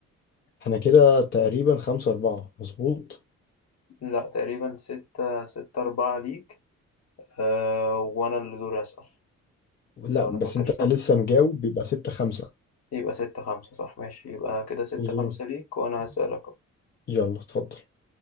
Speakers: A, on the left; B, on the left.
A: احنا كده تقريبا خمسة أربعة مظبوط
B: لا تقريبا ستة ستة أربعة ليك أه وأنا اللي دوري أسأل
A: لا
B: لو
A: بس
B: أنا فاكر
A: انت
B: صح
A: لسه مجاوب بيبقى ستة خمسة
B: يبقى ستة خمسة صح ماشي يبقى كده ستة
A: ودورك
B: خمسة ليك وأنا هسألك أهو.
A: يلا اتفضل